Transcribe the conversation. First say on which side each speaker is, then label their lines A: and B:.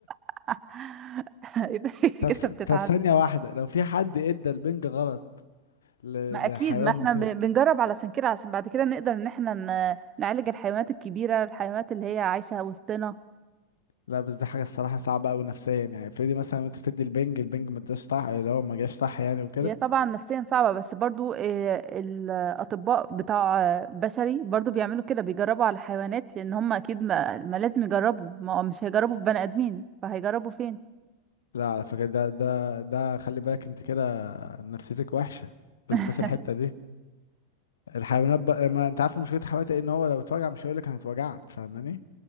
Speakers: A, on the right; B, on the left.
A: <laughs> يبقى هي كده
B: طب س-
A: بتتعدى
B: طب ثانية واحدة لو في حد ادى البنج غلط ل-
A: ما اكيد
B: لحيوان
A: ما احنا
B: وكده
A: ب- بنجرب علشان كده علشان بعد كده نقدر ان احنا ن- نعالج الحيوانات الكبيره الحيوانات اللي هي عايشه وسطنا
B: لا بس دي حاجة الصراحة صعبة أوي نفسيا يعني افرضي مثلا وانت بتدي البنج البنج ما اداش صح اللي هو ما جاش صح يعني وكده
A: هي طبعا نفسيا صعبه بس برضو آه، الاطباء بتاع آه، بشري برضو بيعملوا كده بيجربوا على حيوانات لان هم اكيد ما, ما لازم يجربوا ما هو مش هيجربوا في بني ادمين فهيجربوا فين
B: لا على فكرة ده ده ده خلي بالك انت كده نفسيتك وحشة بس
A: <laughs>
B: بس الحتة دي الحيوانات بقى ما انت عارف مشكلة الحيوانات ايه ان هو لو اتوجع مش هيقولك انا اتوجعت فاهماني